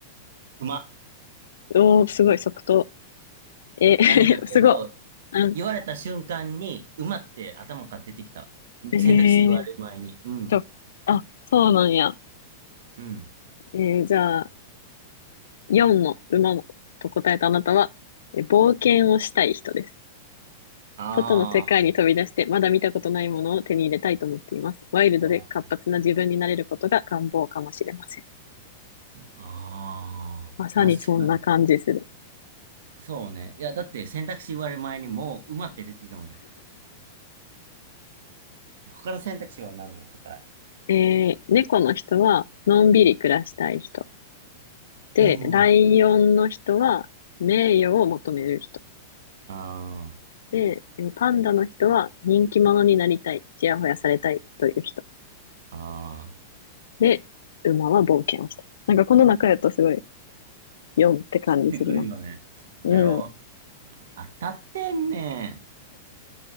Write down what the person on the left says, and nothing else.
おー、すごい、即答。えー
<laughs> すごい。うん。
えー、
ちょ、あ、そうなんや。
えーじゃあ、4の馬のと答えたあなたは、えー冒険をしたい人です。
外の世界に飛び出して、まだ見たことないものを手に入れたいと思っています。ワイルドで活発な自分になれることが願望かもしれません。
まさにそんな感じする。
えー猫の人は、のんびり暮らしたい人。で、
ライオンの人は、名誉を求める人。
で、えーパンダの人は、人気者になりたい、ちやほやされたいという人。
で、馬は冒険をした。なんかこの中やとすごい4って感じするな。
うん。